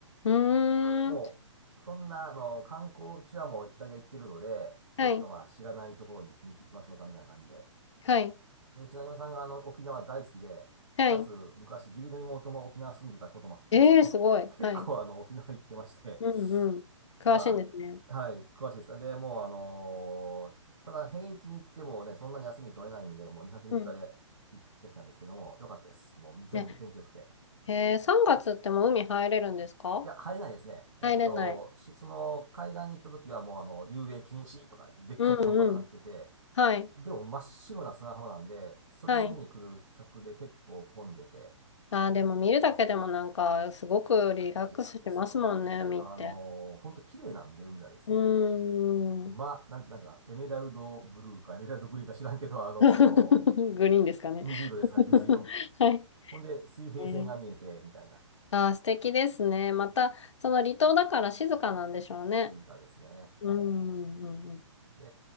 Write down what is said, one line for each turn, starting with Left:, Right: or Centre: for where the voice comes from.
Left: ーん、
Right: もう、そんな、あの、観光地はもう大体行ってるので、
Left: はい、
Right: ちょっとまあ、知らないところに行き、行きましょうかみたいな感じで。
Left: はい、
Right: で、うちの今さんがあの沖縄大好きで、
Left: はい。
Right: かつ昔義理の妹も沖縄住んでたこともあってですね、
Left: えー、すごい。
Right: <laughs> 結構あの沖縄行ってまして、
Left: はい。うん、うん。詳しいんですね。
Right: まあ、はい、詳しいです。で、もうあのーただ平日に行ってもね、そんなに休み取れないんで、もう2泊3日で行ってきたんですけども、
Left: うん。
Right: 良かったです。もう全部天気良くて。
Left: ね。えー、3月ってもう海入れるんですか
Right: いや、入れないですね。えっと、
Left: 入れない。
Right: しその海岸に行った時はもうあの、遊泳禁止とか言って、でっかい看板が張ってて、
Left: うん、うん。はい、
Right: でも真っ白な砂浜なんで、それを見に来る客で結構混んでて、
Left: はい。あー、でも見るだけでもなんか、すごくリラックスしますもんね、
Right: あ、綺麗なんですよ。
Left: 見って。
Right: あのー、ほんと綺麗なんで、海がですね。
Left: うーん。
Right: まあ、なん、なんとか、エメラルドブルーか、エメラルドグリーンか知らんけど、
Left: <laughs>
Right: あのー
Left: グリーンですかね。
Right: 水色です。
Left: <laughs>
Right: はい、水色。
Left: はい。
Right: ほんで、水平線が見えて、
Left: ね
Right: みたいな、
Left: あー、素敵ですね。また、その離島だから静かなんでしょうね。
Right: 静かですね。
Left: うん、うん、うん。
Right: で、